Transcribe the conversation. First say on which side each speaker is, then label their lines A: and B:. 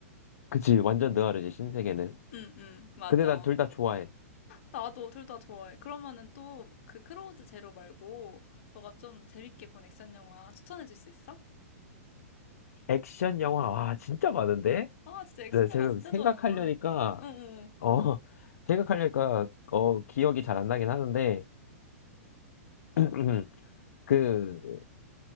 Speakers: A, on the left; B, on the left.
A: 그치, 완전 느와르지, 신세계는.
B: 응응 맞아.
A: 근데 난 둘 다 좋아해.
B: 나도 둘 다 좋아해. 그러면은 또 그 크로우드 제로 말고 너가 좀 재밌게 본 액션 영화 추천해 줄 수 있어?
A: 액션 영화, 와, 진짜 많은데?
B: 아 진짜 액션
A: 네, 지금
B: 영화 진짜
A: 생각하려니까,
B: 좋아하는구나. 응응 응.
A: 어, <laughs> 생각하려니까, 어, 기억이 잘 안 나긴 하는데, <clears throat> 그,